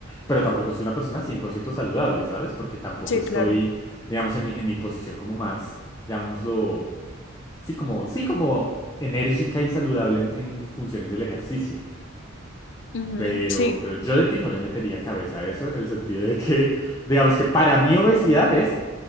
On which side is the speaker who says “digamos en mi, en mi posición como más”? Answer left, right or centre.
Left